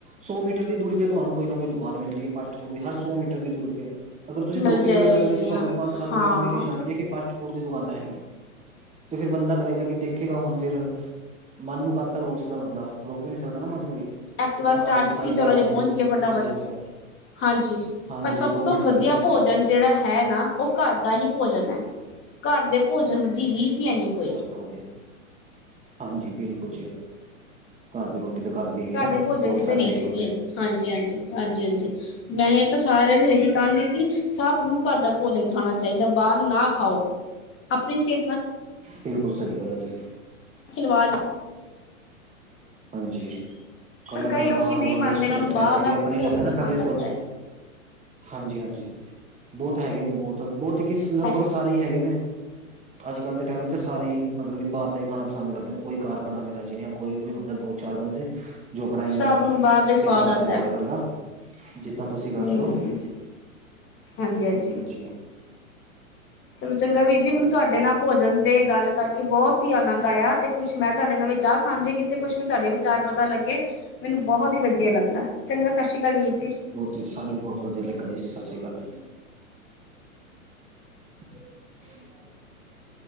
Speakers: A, on the right (about 15°); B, on the left (about 30°).
A: ਸੌ ਮੀਟਰ ਦੀ ਦੂਰੀ ਤੇ ਤੁਆਨੂੰ ਕੋਈ ਨਾ ਕੋਈ ਦੁਕਾਨ ਮਿਲ ਜੇਗੀ ਫਾਸਟ-ਫੂਡ ਦੀ ਹਰ ਸੌ ਮੀਟਰ ਦੀ ਦੂਰੀ ਤੇ। ਅਗਰ ਤੁਸੀਂ
B: ਮਿਲ
A: ਦੋ ਕਿਲੋਮੀਟਰ
B: ਜਾਏਗੀਆਂ
A: ਦੇ ਵਿੱਚ ਤੁਆਨੂੰ ਪੰਜ ਸੱਤ
B: ਹਾਂ।
A: ਦੁਕਾਨਾਂ ਮਿਲ ਈ ਜਾਣਗੀਆਂ ਕਿ ਫਾਸਟ ਫੂਡ ਦੀ ਦੁਕਾਨਾਂ ਹੈਗੀਆਂ ਤੇ ਫਿਰ ਬੰਦਾ ਕਰੇਗਾ ਕਿ ਦੇਖੇਗਾ ਹੁਣ ਫਿਰ ਮਨ ਨੂੰ ਕਦ ਤੱਕ ਰੋਕ ਸਕਦਾ ਬੰਦਾ, ਰੋਕ ਵੀ ਨਹੀ ਸਕਦਾ ਨਾ ਮਨ ਨੂੰ ਇਹ। ਕਹਿੰਦਾ
B: ਐਕਟਿਵਾ ਸਟਾਰਟ
A: ਹਾਂਜੀ
B: ਕੀਤੀ
A: ਖਾਈ
B: ਚਲੋ
A: ਲਿਆ ਓਨਾਹੀਓ,
B: ਜੇ ਪਹੁੰਚ ਗਏ ਫਟਾਫਟ
A: ਜੋ ਮਿਲ ਜਾਏ,
B: ਹਾਂਜੀ।
A: ਹਾਂਜੀ
B: ਪਰ ਸਭ
A: ਦੋ
B: ਤੋਂ
A: ਮਿੰਟ।
B: ਵਧੀਆ
A: ਲੱਗਦੇ ਨੇ
B: ਭੋਜਨ ਜਿਹੜਾ ਹੈ ਨਾ, ਉਹ ਘਰ ਦਾ ਹੀ ਭੋਜਨ ਹੈ, ਘਰ ਦੇ ਭੋਜਨ ਵਧੀ ਰੀਹ ਸੀ, ਇੰਨੀ ਕੋਈ
A: ਹੋ ਗਿਆ ਹਾਂਜੀ, ਬਿਲਕੁਲ ਜੀ। ਘਰ ਦੀ ਰੋਟੀ ਤਾਂ ਘਰ ਦੀ ਹੈਗੀ ਨਾ,
B: ਦੇ ਭੋਜਨ
A: ਬਹੁਤ
B: ਦੀ
A: ਫਾਇਦੇ
B: ਤਾਂ ਰੀਸ
A: ਹੈਗੇ ਨੇ
B: ਨਹੀਂ
A: ਓਦੇ।
B: ਹੈਗੀ ਹਾਂਜੀ ਹਾਂਜੀ, ਹਾਂਜੀ ਹਾਂਜੀ, ਮੈਂ ਤਾਂ ਸਾਰਿਆਂ ਨੂੰ ਇਹੀ ਕਹਾਂਗੀ ਕਿ ਸਭ ਨੂੰ ਘਰ ਦਾ ਭੋਜਨ ਖਾਣਾ ਚਾਹੀਦਾ ਬਾਹਰ ਨਾ ਖਾਓ, ਆਪਣੀ ਸਿਹਤ ਨਾਲ
A: ਬਿਲਕੁਲ ਸਹੀ ਗੱਲ ਹੈ ਜੀ।
B: ਖਿੱਲਵਾਡ
A: ਹਾਂਜੀ, ਕੱਲ
B: ਪਰ
A: ਨੂੰ
B: ਕਈ
A: ਬਰਮਾਰ
B: ਲੋਕੀ ਨਹੀਂ
A: ਹੋਵਾਂਗੇ
B: ਮੰਨਦੇ
A: ਉਸ
B: ਉਹਨਾਂ
A: ਤੋਂ ਬਾਅਦ
B: ਨੂੰ ਬਾਹਰਲਾ
A: ਪੈਸੇ ਵੀ ਆਪਣੇ
B: ਭੋਜਨ
A: ਲੱਗਣੇ ਨਾ,
B: ਪਸੰਦ
A: ਪਹਿਲੇ
B: ਆਉਂਦਾ
A: ਤੋ ਹਾਂਜੀ ਹਾਂਜੀ, ਬਹੁਤ ਹੈਗੇ ਨੇ, ਬਹੁਤ ਬਹੁਤ ਗਿਸ
B: ਹੈ
A: ਲਗ ਭਗ ਸਾਰੇ ਹੀ ਹੈਗੇ ਨੇ। ਅੱਜ ਕੱਲ੍ਹ ਤੇ ਟਾਈਮ ਵਿੱਚ ਸਾਰੇ ਹੀ, ਮਤਲਬ ਬਹਰ ਦਾ ਹੀ ਖਾਣਾ ਪਸੰਦ ਕਰਦੇ ਨੇ, ਕੋਈ ਘਰ ਬਣਾ ਕੇ ਰਜੀ ਨਹੀਂ ਹ ਕੋਈ ਕੋਈ ਹੁੰਦਾ ਦੋ ਚਾਰ ਬੰਦੇ, ਜੋ ਆਪਣਾ ਇੰਨਾ,
B: ਸਭ ਨੂੰ ਬਾਹਰ ਦਾ ਸਵਾਦ
A: ਧਿਆਨ ਰੱਖਦੇ
B: ਆਉਂਦਾ
A: ਨੇ ਤੁਹਾਡੇ ਵਰਗਾ ਜਿੱਦਾਂ ਤੁਸੀਂ
B: ਹਮ
A: ਕਰ ਰਹੇ ਹੋ।
B: ਹਾਂਜੀ ਹਾਂਜੀ
A: <unintelligible>
B: ਚਲੋ ਚੰਗਾ ਵੀਰ ਜੀ, ਹੁਣ ਤੁਹਾਡੇ ਨਾਲ ਭੋਜਨ ਦੇ, ‌ਗੱਲ ਕਰਕੇ ਬਹੁਤ ਹੀ ਆਨੰਦ ਆਇਆ ਤੇ ਕੁਛ ਮੈਂ ਤੁਹਾਡੇ ਨਾਲ ਵਿਚਾਰ ਸਾਂਝੇ ਕੀਤੇ, ਕੁੱਛ ਮੈਂ ਤੁਹਾਡੇ ਚਾਰ ਪਤਾ ਲੱਗੇ, ਮੈਨੂੰ ਬਹੁਤ ਹੀ ਵਧੀਆ ਲੱਗਾ, ਚੰਗਾ ਸਤਿ ਸ਼੍ਰੀ ਅਕਾਲ ਵੀਰ ਜੀ।
A: ਤੇ ਸਾਨੂੰ ਵੀ ਬਹੁਤ ਵਧੀਆ ਲੱਗਾ ਜੀ, ਸਤਿ ਸ਼੍ਰੀ ਅਕਾਲ ਜੀ। <inaudible>